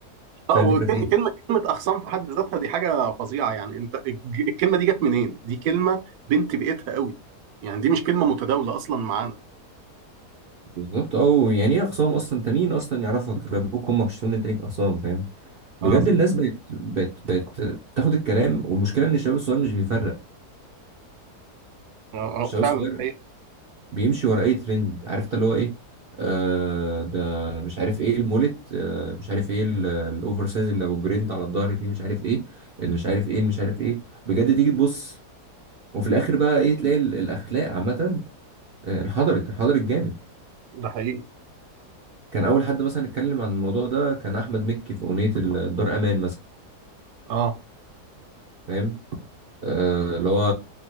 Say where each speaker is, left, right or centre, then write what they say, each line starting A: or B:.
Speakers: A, on the right; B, on the right.
A: اه
B: فاهم الفكره
A: وكلمه
B: في ايه
A: كلمه اخصام في حد ذاتها دي حاجه فظيعه يعني انت الج- الكلمه دي جت منين دي كلمه بنت بيئتها قوي يعني دي مش كلمه متداوله اصلا معانا
B: بالظبط او يعني ايه اخصام اصلا انت مين اصلا يعرفك غير ابوك وامك شتون انت ليك اخصام فاهم
A: اه
B: بجد
A: صح.
B: الناس بقت بقت بقت تاخد الكلام والمشكله ان الشباب الصغير مش بيفرق
A: آه،
B: الشباب
A: آه، فعلا
B: الصغير
A: ده حقيقي
B: بيمشي ورا اي ترند عرفت اللي هو ايه آه ده مش عارف ايه المولت آه مش عارف ايه ال- الاوفر سايز اللي ابو جرينت على الظهر فيه مش عارف ايه اللي مش عارف ايه اللي مش عارف ايه بجد تيجي تبص وفي الاخر بقى ايه تلاقي ال- الاخلاق عامه آه، انحدرت انحدرت جامد
A: ده حقيقي
B: كان اول حد مثلا اتكلم عن الموضوع ده كان احمد مكي في اغنيه ال- الدار امان مثلا
A: اه
B: فاهم آه اللي هو